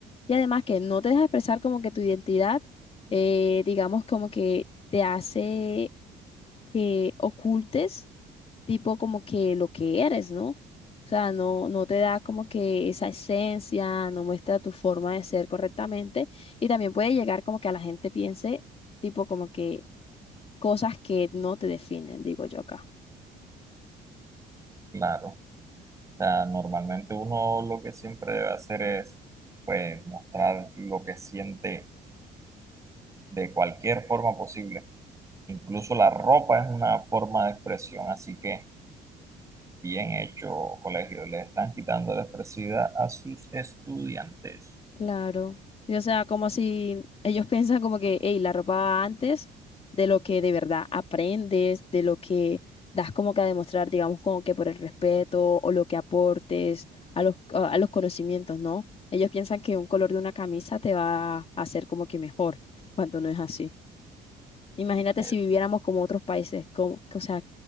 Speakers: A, on the left (about 35°); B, on the right (about 20°).
A: Y además que no te deja expresar como que tu identidad, eh, digamos como que te hace que ocultes tipo como que lo que eres, ¿no? O sea, no, no te da como que esa esencia, no muestra tu forma de ser correctamente y también puede llegar como que a la gente piense tipo como que cosas que no te definen, digo yo acá.
B: claro. O sea, normalmente uno lo que siempre debe hacer es, pues, mostrar lo que siente de cualquier forma posible. Incluso la ropa es una forma de expresión, así que bien hecho, colegio. Le están quitando la expresividad a sus estudiantes.
A: Claro. Y, o sea, como si ellos piensan como que, hey, la ropa va antes de lo que de verdad aprendes, de lo que das como que a demostrar, digamos, como que por el respeto o lo que aportes a los, a a los conocimientos, ¿no? Ellos piensan que un color de una camisa te va a hacer como que mejor, cuando no es así. Imagínate
B: Eh,
A: si viviéramos como otros países, como, o sea,